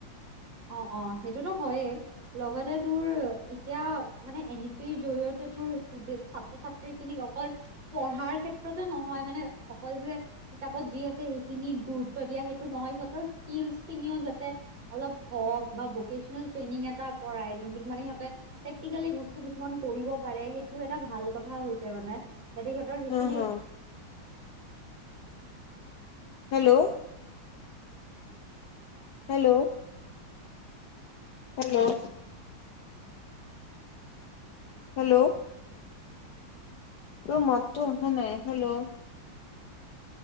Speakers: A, on the right; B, on the left.
A: অঁ অঁ' সেইটোতো হয়য়েই। লগতে তোৰ এতিয়া মানে এন এ পিৰ জৰিয়তে তোৰ টোটেল ছাত্ৰ-ছাত্ৰী খিনিক অকল পঢ়াৰ ক্ষেত্ৰতে নহয় মানে অকল যে কিতাপত যি আছে সেইখিনিত গুৰুত্ব দিয়া সেইটো নহয়, সিহঁতৰ স্কিলচ খিনিও যাতে অলপ হওক বা ভকেচনেল ট্ৰেইনিং এটা কৰাই যোনটোত মানে সিহঁতে প্ৰেক্টিকেলি বস্তু কিছুমান কৰিব পাৰে সেইটো এটা ভাল কথা হৈছে মানে। তাতে সিহঁতৰ সেইখিন
B: হা, হা, হেল্লো'। হেল্লো'। হেল্লো'। হেল্লো'। তোৰ মততো অহা নাই, হেল্লো'।